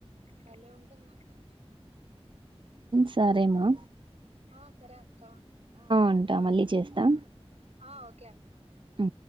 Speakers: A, on the right (about 75°); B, on the right (about 50°).
A: భలే ఉంటంటంది నాక్క
B: సరేమా
A: ఆ సర అక్క
B: అంటా మళ్ళీ చేస్తాం
A: ఆ ఓకే అక్కా
B: అ